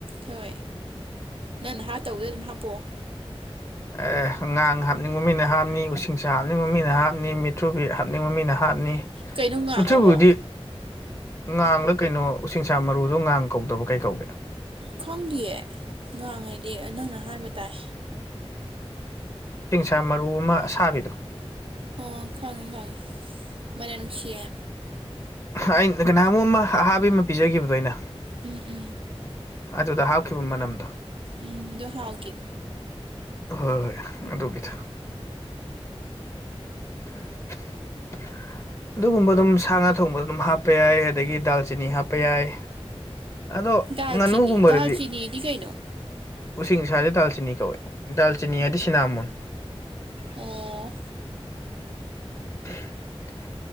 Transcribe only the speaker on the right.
ꯍꯣꯏ ꯅꯪꯅ ꯍꯥꯞꯇꯧꯕꯗ ꯑꯗꯨꯝ ꯍꯥꯞꯄꯛꯑꯣ
ꯀꯩꯅꯣ ꯉꯥꯡꯉꯕꯣ
ꯈꯪꯗꯦꯌꯦ ꯉꯥꯡ ꯍꯥꯏꯩꯗꯤ ꯅꯪꯅ ꯑꯍꯥꯟꯕ ꯇꯥꯏ
ꯑꯣ ꯈꯪꯉꯦ ꯈꯪꯉꯦ ꯃꯥꯅꯝ ꯅꯨꯡꯁꯤꯌꯦ
ꯎꯝ ꯎꯝ
ꯎꯝꯗꯣ ꯍꯥꯎꯒꯤ
ꯗꯥꯜꯆꯤꯅꯤ
ꯗꯥꯜꯆꯤꯅꯤꯗꯤ ꯀꯩꯅꯣ
ꯑꯣ